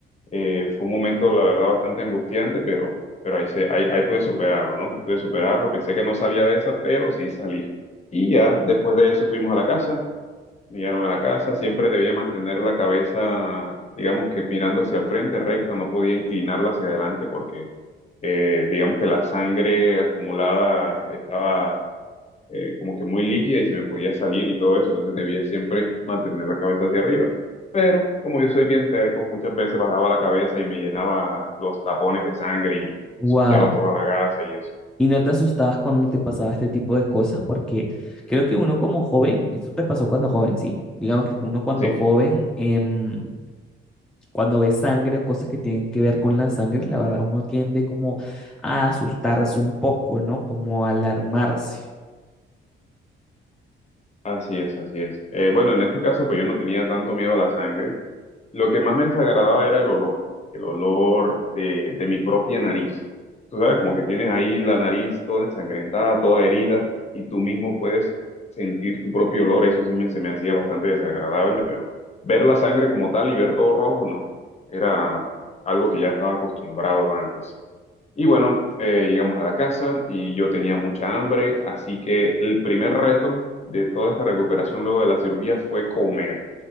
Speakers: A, on the left (about 35°); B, in the centre.
A: Eh, fue un momento, la verdad, bastante angustiante, pero, pero ahí, se, ahí, ahí pude superarlo, ¿no? Ahí pude superarlo, pensé que no salía de esa, pero sí salí. Y ya después de eso fuimos a la casa. Llegaron a la casa, siempre debía mantener la cabeza, digamos que mirando hacia el frente recta, no podía inclinarla hacia adelante porque eh, digamos que la sangre acumulada estaba eh, como que muy líquida y se me podía salir y todo eso, entonces debía siempre mantener la cabeza hacia arriba. Pero como yo soy bien terco, muchas veces bajaba la cabeza y me llenaba los tapones de sangre y
B: Wow.
A: ensuciaba toda la gasa y eso.
B: Y no te asustabas cuando te pasaba este tipo de cosas, porque creo que uno como joven, esto te pasó cuando joven, ¿sí? Digamos que uno cuando
A: Sí.
B: joven, em, Cuando ve sangre o cosas que tienen que ver con la sangre, la verdad uno tiende como a asustarse un poco, ¿no? Como a alarmarse.
A: Así es, así es. Eh, bueno, en este caso, pues yo no tenía tanto miedo a la sangre. Lo que más me desagradaba era el olor, el olor de, de mi propia nariz. Tú sabes, como que tienes ahí la nariz toda ensangrentada, toda herida, y tú mismo puedes sentir tu propio olor. Eso sí me, se me hacía bastante desagradable, pero ver la sangre como tal y ver todo rojo, no. Era algo que ya estaba acostumbrado antes. Y bueno, eh, llegamos a la casa y yo tenía mucha hambre, así que el primer reto de toda esta recuperación luego de la cirugía fue comer.